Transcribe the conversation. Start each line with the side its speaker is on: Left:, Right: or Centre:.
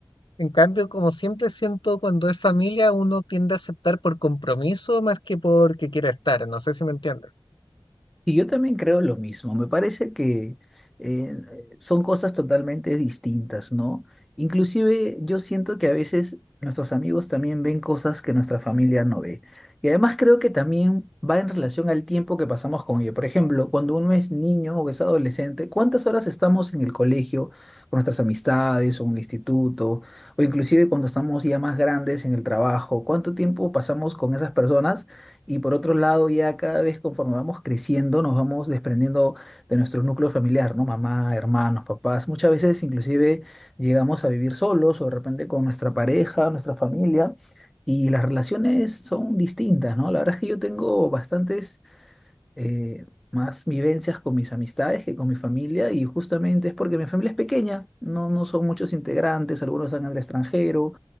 Left: En cambio, como siempre siento, cuando es familia, uno tiende a aceptar por compromiso más que porque quiera estar. No sé si me entiendes.
Centre: Y yo también creo lo mismo. Me parece que eh, son cosas totalmente distintas, ¿no? Inclusive yo siento que a veces nuestros amigos también ven cosas que nuestra familia no ve. Y además creo que también va en relación al tiempo que pasamos con ellos. Por ejemplo, cuando uno es niño o es adolescente, ¿cuántas horas estamos en el colegio con nuestras amistades o en el instituto? O inclusive cuando estamos ya más grandes en el trabajo, ¿cuánto tiempo pasamos con esas personas? Y por otro lado, ya cada vez conforme vamos creciendo, nos vamos desprendiendo de nuestro núcleo familiar, ¿no? Mamá, hermanos, papás. Muchas veces inclusive llegamos a vivir solos o de repente con nuestra pareja, nuestra familia, y las relaciones son distintas, ¿no? La verdad es que yo tengo bastantes eh, más vivencias con mis amistades que con mi familia, y justamente es porque mi familia es pequeña, no, no son muchos integrantes, algunos están en el extranjero,